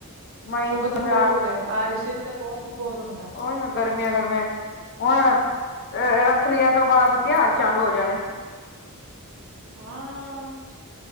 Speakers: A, on the left (about 50°); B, on the right (about 60°).
A: ਮਈ
B: ਬਹੁਤ
A: ਜੂਨ
B: ਬੋਰ
A: ਅਗ
B: ਹੋ
A: <unintelligible>
B: ਰਿਹਾ
A: <unintelligible>
B: ਬਾਰਿਸ਼ ਚ ਤਾਂ ਬਹੁਤ ਹੀ ਬੋਰ ਹੁੰਦੀ
A: ਉਹੀ ਗਰਮੀਆਂ ਗਰਮੀਆਂ ਹੁਣ ਰੱਖੜੀਆਂ ਤੋਂ ਬਾਅਦ ਤਿਉਹਾਰ ਚਾਲੂ ਹੋ ਜਾਣੇ
B: ਹਾਂ